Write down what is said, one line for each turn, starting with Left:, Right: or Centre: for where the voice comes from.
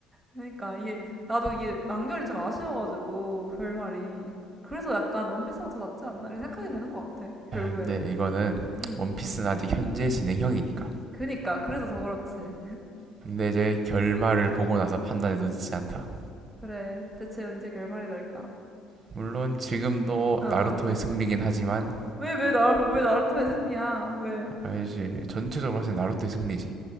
Centre: 그러니까 이게 나도 이게 완결이 좀 아쉬워가지고 결말이 그래서 약간 원피스가 더 낫지 않나 이렇게 생각하게 되는 것 같아 결국에는
Right: 근데 이거는
Centre: 음 음.
Right: 원피스는 아직 현재 진행형이니까.
Centre: 그니까 그래서 더 그렇지
Right: 근데 이제 결말을 보고 나서 판단해도 늦지 않다.
Centre: 그래 대체 언제 결말이 날까
Right: 물론 지금도
Centre: 어어
Right: 나루토의 승리긴 하지만
Centre: 왜 왜 나 왜 나루토 에즈니야 왜
Right: 알지 전체적으로 봤을 때 나루토의 승리지.